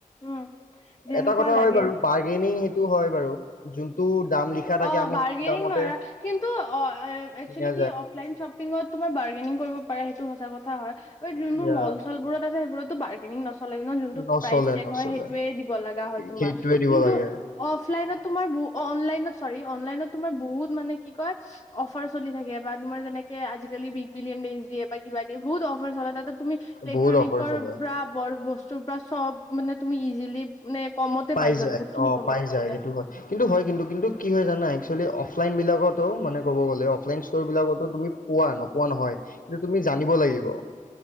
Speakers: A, on the left (about 25°); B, on the left (about 75°).
A: উম যেনেকুৱা
B: এটা কথা
A: লাগে
B: হয় বাৰু বাৰ্গেনিং সেইটো হয় বাৰু যোনটো দাম লিখা থাকে
A: অ
B: আমি
A: বাৰ্গেনিং
B: সেইটো দামতে
A: নোৱাৰা কিন্তু অ একচুৱেলী
B: কিনা
A: কি অফলাইন শ্বপিঙত তোমাৰ বাৰগেং কৰিব পাৰে সেইটো সঁচা হয় যোনবোৰ
B: যায়
A: মল চল বোৰত আছে সেইবোৰতো বাৰ্গেনিং নচলে ন যোনটো
B: নচলে
A: প্ৰাইচ চেক
B: নচলে
A: হয় সেইটোৱে দিব লগা হয় তোমাৰ
B: সেইটোৱে দিব
A: কিন্তু,
B: লাগে
A: অফলাইনত তোমাৰ অনলাইনত চৰি অনলাইনত তোমাৰ বহুত মানে কি কয় অফাৰ চলি থাকে বা তোমাৰ যেনেকে বিক বিলিয়ন দিয়ে বা কিবা কিবি বহুত অফাৰ চলে তাত তুমি ইলেক্ট্ৰনিকৰ
B: বহুত অফাৰ চলে
A: পৰা বৰ বস্তুৰ পৰা চব মানে তুমি ইজিলি মানে কমতে
B: পাই
A: যোৱা
B: যায়
A: বহুতখিনি
B: অ
A: কমত
B: পাই যায়
A: যোৱা
B: সেইটো হয় কিন্তু হয় কিন্তু কিন্তু কি হয় জানা একসুৱেলি অফলাইনবিলাকতো মানে ক'ব গ'লে অফলাইন ষ্ট'ৰবিলাকতো তুমি পোৱা নপোৱা নহয় কিন্তু তুমি জানিব লাগিব